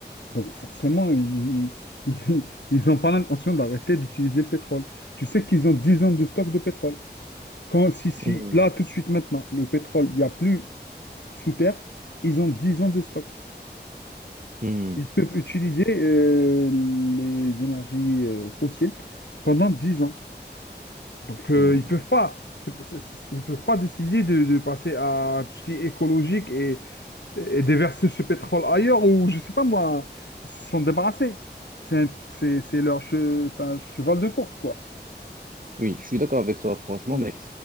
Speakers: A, on the left (about 75°); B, on the right (about 50°).
A: Donc forcément, ils, ils, <laughs> ils n'ont pas l'intention d'arrêter d'utiliser le pétrole. Tu sais qu'ils ont 10 ans de stock de pétrole. Quand, si, si,
B: Mhm.
A: là, tout de suite, maintenant, le pétrole, il n'y a plus sous terre, ils ont 10 ans de stock.
B: Mhm.
A: Ils peuvent utiliser euh, les énergies euh, fossiles pendant 10 ans. Donc, euh,
B: Oui.
A: ils peuvent pas, c'est- c'est- c'est- ils peuvent pas décider de, de passer à tout ce qui est écologique et, et déverser ce pétrole ailleurs ou, je sais pas moi, ils se sont débarrassés. C'est c'est- c'est leur che- enfin, cheval de course, quoi.
B: Oui, je suis d'accord avec toi, franchement,
A: Mm.
B: mais